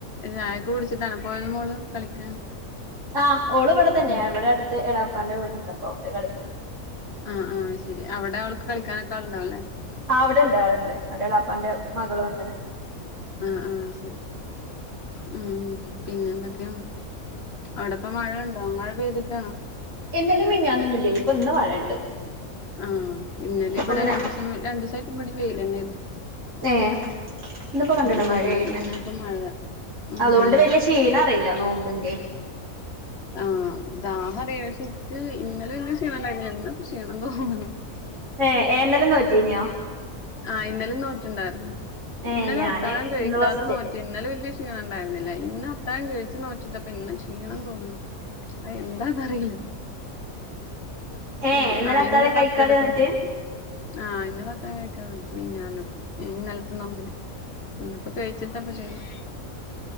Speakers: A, on the left; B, on the right.
A: ചായക്ക് കുടിച്ചിട്ടാണ് പോയത് മോള് കളിക്കാൻ
B: ആഹ് ഓള ഇവിടെ തന്നെയ
A: ഉം.
B: എവിടെ അടുത്ത് എളാപ്പാന്റ വീടുണ്ട് അപ്പോ അവിടെ കളിക്കണ
A: ആഹ് ആ ശരി അവിടെ അവൾക്ക് കളിക്കാനൊക്കെ ആളുണ്ടാവും അല്ലേ
B: ആ അവിടെണ്ട് ആളുണ്ട് അവിടെ ഇളയാപ്പാന്റെ മകള് വന്നെ
A: ആഹ ആഹ ശരി ഉ പിന്നെ എന്തൊക്കെയ അവിടെപ്പ മഴുണ്ടോ മഴ പെയ്തിട്ട
B: ഇന്നലിം മിഞ്ഞാനൊന്നും ഇല്ലായിരുനു ഇപ്പൊ ഇന്ന് മഴണ്ട്
A: ആഹ ഇന്നലെ
B: ഇന്നിപ്പോ
A: ഇവിടെ
B: ഇങ്ങനെ
A: രണ്ടു ദിവസം രണ്ട് ദിവസായിട്ട് ഇവിടെം വെയില് തന്നൊയിരുന്നു
B: ഏ ഇന്നിപ്പോ കണ്ടട
A: ഉം
B: മഴയിണ്
A: ഇന്നപ്പ മഴ ഉം
B: അതുകൊണ്ട്
A: ഉണ്ട്
B: വല്ല്യക്ഷീണം അറിയില്ല നോമ്പിന്റെ
A: ആഹ ദാഹഅറ ഇന്നലെ വല്ല്യ ക്ഷീണല്ലായി ഇന്ന് ക്ഷീണം തോന്നുന്നു.
B: ഏ ഏ ഇന്നലെ നോറ്റീനിയോ
A: ഉ ആ ഇന്നലും നോറ്റുണ്ടായിരുന്നു
B: ഏ
A: ഇന്നലെ
B: ഞാന്
A: അത്താഴം കഴിക്കാതെ
B: ഇന്ന് ഫസ്റ്റ്
A: നോറ്റി ഇന്നലെ വലിയ ക്ഷീണ ഉണ്ടായിരുന്നില്ല ഇന്ന് അത്താം കഴിച്ചു നോറ്റിട്ടപ്പം ഇന്ന് ക്ഷീണം തോന്നുന്നു. എന്താന്നറിയില്ല
B: ഏ
A: ഉം
B: ഇന്നലെ
A: ആഹ്
B: അത്താഴം
A: ഇന്ന് ഫസ്റ്റ്
B: കഴിക്കാതെ
A: എടക്കുന്നു
B: എന്നിട്ട്
A: ആഹ് ഇന്നലത്താ കഴിക്കാന്നിട്ട് പിന്നെന്ന് ഇന്നലത്തെ നോമ്പിന് ഇപ്പോ കഴിച്ചിട്ടപ്പ ചെയ്യാം